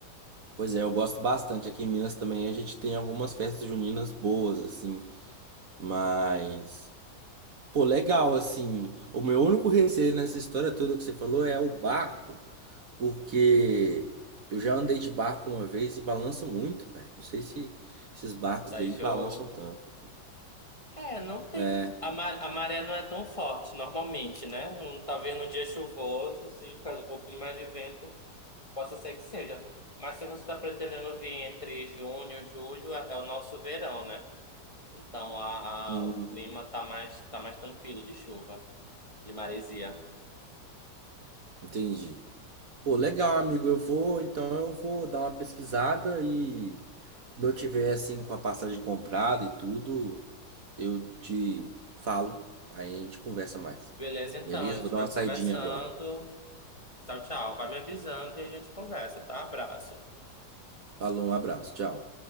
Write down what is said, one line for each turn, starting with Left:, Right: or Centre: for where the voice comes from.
Right: pois é, eu gosto bastante. Aqui em Minas também a gente tem algumas festas juninas boas, assim. Mas, pô, legal, assim. O meu único receio nessa história toda que você falou é o barco, porque eu já andei de barco uma vez e balança muito, velho. Não sei se esses barcos
Left: Daí
Right: daí
Left: show.
Right: balançam tanto.
Left: É, não tem.
Right: É,
Left: A, mar- a maré não é tão forte normalmente, né? Um, talvez num dia chuvoso, se faz um pouquinho mais de vento, possa ser que seja. Mas se você está pretendendo vir entre junho e julho, é, é o nosso verão, né? Então a,
Right: hum,
Left: a- o clima tá mais, tá mais tranquilo de chuva, de maresia.
Right: entendi. Pô, legal, amigo. Eu vou, então eu vou dar uma pesquisada e quando eu tiver assim com a passagem comprada e tudo, eu te falo. Aí a gente conversa mais.
Left: Beleza, então,
Right: Beleza?
Left: a gente
Right: Vou dar
Left: vai
Right: uma saidinha
Left: conversando.
Right: agora.
Left: Tchau, tchau. Vai me avisando e a gente conversa, tá? Abraço.
Right: Falou, um abraço, tchau.